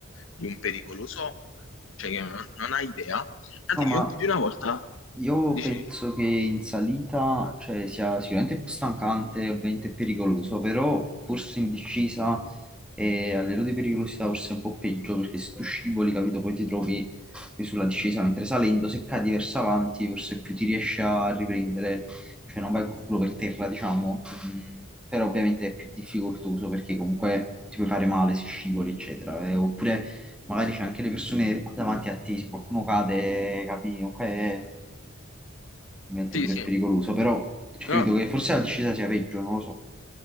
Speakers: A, on the left (about 60°); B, in the centre.
A: di un pericoloso, cioè che non, non hai idea. Tanto
B: No, ma
A: che io più di una volta
B: io
A: dici,
B: penso che in salita, cioè, sia sicuramente più stancante e ovviamente pericoloso, però forse in discesa e a livello di pericolosità forse è un po' peggio, perché se tu scivoli, capito, poi ti trovi che sulla discesa, mentre salendo, se cadi verso avanti, forse più ti riesci a riprendere, cioè non vai col culo per terra, diciamo, Mm, però ovviamente è più difficoltoso perché comunque ti puoi fare male se scivoli, eccetera, Eh, oppure magari c'è anche le persone davanti a te, se qualcuno cade, capi, comunque è ovviamente
A: sì,
B: pure
A: sì,
B: pericoloso, però credo
A: no,
B: che forse la discesa sia peggio, non lo so.